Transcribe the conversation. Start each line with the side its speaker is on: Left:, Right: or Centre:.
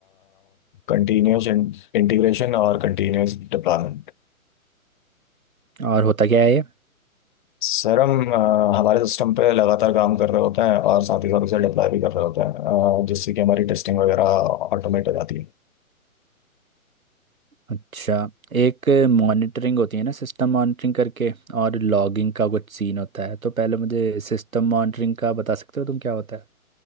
Left: कंटिन्यूस इंटीग्रेशन और कंटिन्यूस डिप्लॉयमेंट
Right: और होता क्या है ये
Left: सर हम अ, हमारे सिस्टम पे लगातार काम कर रहे होते हैं और साथ ही साथ उसे डिप्लॉय भी कर रहे होते हैं अ, जिससे कि हमारी टेस्टिंग वगैरह ऑटोमेट हो जाती है
Right: अच्छा एक मॉनिटरिंग होती है ना सिस्टम मॉनिटरिंग करके और लॉगिंग का कुछ सीन होता है तो पहले मुझे सिस्टम मॉनिटरिंग का बता सकते हो तुम क्या होता है